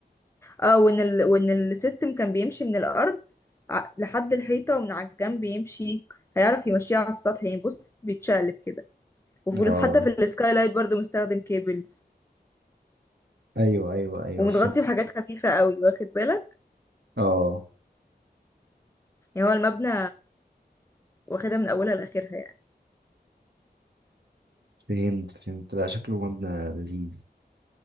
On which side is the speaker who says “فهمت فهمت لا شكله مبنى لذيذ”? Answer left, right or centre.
Right